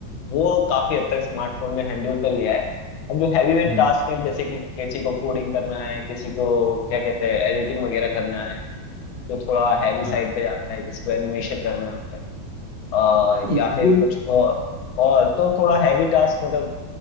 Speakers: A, on the left; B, on the right.
A: वो काफी हद तक स्मार्टफोन ने हैंडल कर लिया है अब जो हैवी वेट
B: हम्म
A: टास्क है जैसे कि किसी को कोडिंग करना है किसी को क्या कहते हैं एडिटिंग वगैरह करना है जो थोड़ा हैवी
B: हाँ
A: साइड पे जाता है किसी को एनिमेशन करना है अ,
B: इंडियन
A: या फिर कुछ और और तो थोड़ा हैवी टास्क मतलब